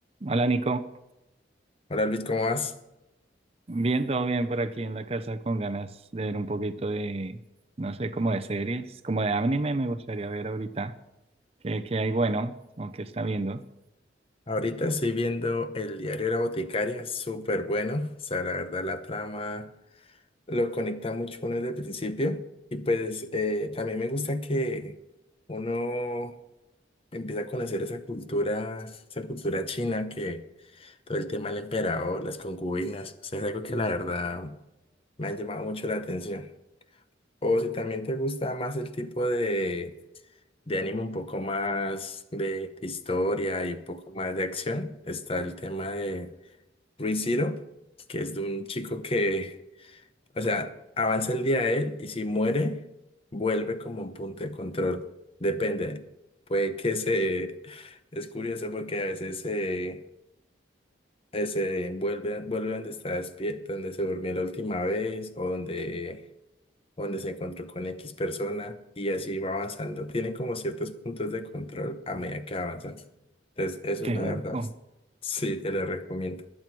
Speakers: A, on the right (about 30°); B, on the left (about 30°).
A: Hola Nico,
B: Hola Luis, ¿cómo vas?
A: bien, todo bien por aquí en la casa con ganas de ver un poquito de, no sé, como de series, como de anime me gustaría ver ahorita, qué, qué hay bueno o qué está viendo.
B: Ahorita estoy viendo el diario de la boticaria, es súper bueno. O sea, la verdad, la trama lo conecta mucho uno desde el principio. Y pues eh, también me gusta que uno empieza a conocer esa cultura, esa cultura china, que todo el tema del emperador, las concubinas, o sea, es algo que la verdad me ha llamado mucho la atención. O si también te gusta más el tipo de de anime un poco más de historia y un poco más de acción, está el tema de Re:Zero, que es de un chico que, o sea, avanza el día de él y si muere, vuelve como un punto de control. Depende. Puede que se... Es curioso porque a veces se, eh, se vuelve, vuelve donde está despierto, donde se durmió la última vez o donde donde se encontró con X persona y así va avanzando. Tiene como ciertos puntos de control a medida que va avanzando. Entonces, eso
A: Qué
B: es la
A: loco.
B: verdad. Sí, te lo recomiendo.